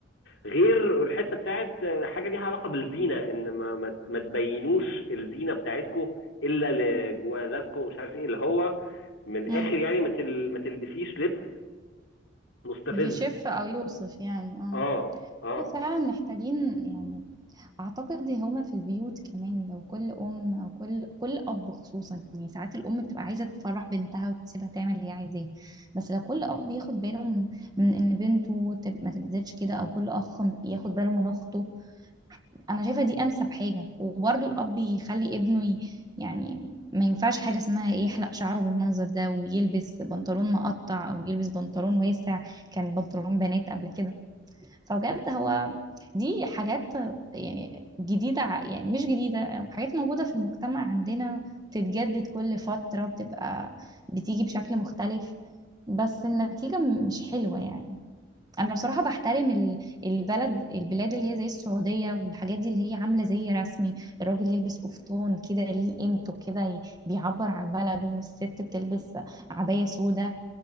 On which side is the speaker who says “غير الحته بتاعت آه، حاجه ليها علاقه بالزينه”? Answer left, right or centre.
Left